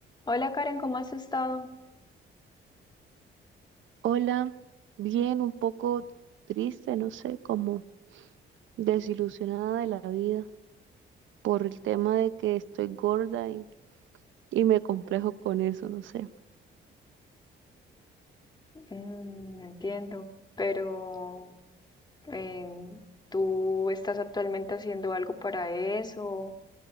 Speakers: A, on the left (about 20°); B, on the right (about 75°).
A: Hola Karen, ¿cómo has estado?
B: Hola, bien, un poco triste, no sé, como desilusionada de la vida por el tema de que estoy gorda y, y me complejo con eso, no sé.
A: Mm, entiendo, pero em, ¿tú estás actualmente haciendo algo para eso?